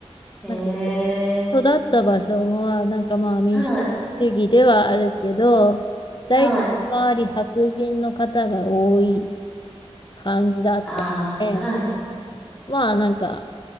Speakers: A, in the centre; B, on the left.
A: え
B: なんか
A: ー、
B: 育った場所は、なんかまあ民主主義ではあるけど、
A: はい、
B: 大体周り白人の方が多い
A: はい。
B: 感じだったので、
A: ああ、はい、
B: まあなんか、